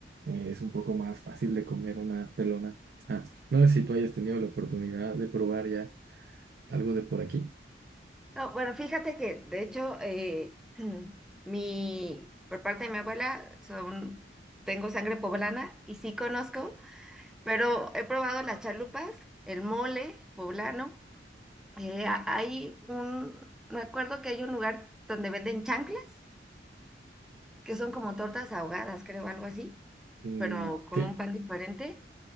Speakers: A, on the right; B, in the centre.
A: eh, es un poco más fácil de comer una pelona. Ah, no sé si tú hayas tenido la oportunidad de probar ya algo de por aquí.
B: No, bueno, fíjate que de hecho, eh, <clears throat> mi, por parte de mi abuela, son, tengo sangre poblana y sí conozco, pero he probado las chalupas, el mole poblano. Eh, a- hay un, me acuerdo que hay un lugar donde venden chanclas, que son como tortas ahogadas, creo, algo así,
A: Mm,
B: pero con
A: Sí,
B: un pan diferente.